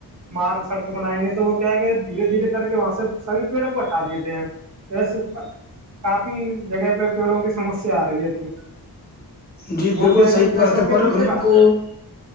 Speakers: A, on the right; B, on the left.
A: مارگ سڑک بنائیں گے تو وہ کیا کہ دھیرے دھیرے کر کے وہاں سے سبھی پیڑوں کو ہٹھا دیتے ہیں ویسے کافی جگہ پہ پیڑوں کی سمسیا آ رہی ہے تو
B: جی
A: وہ
B: بالکل
A: کیا ہے کہ
B: صحیح
A: پیسوں
B: بات ہے
A: کے
B: پر
A: پیچھے
B: ان
A: بھاگ
B: کو
A: رہے.